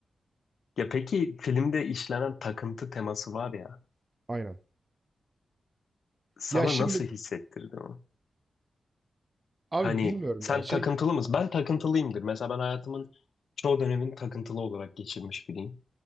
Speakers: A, on the left; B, on the right.
A: Ya peki filmde işlenen takıntı teması var ya.
B: Aynen.
A: Sana
B: Ya şimdi
A: nasıl hissettirdi o?
B: abi
A: Hani
B: bilmiyorum
A: sen
B: ya şey
A: takıntılı mısın? Ben takıntılıyımdır. Mesela ben hayatımın çoğu dönemini takıntılı olarak geçirmiş biriyim.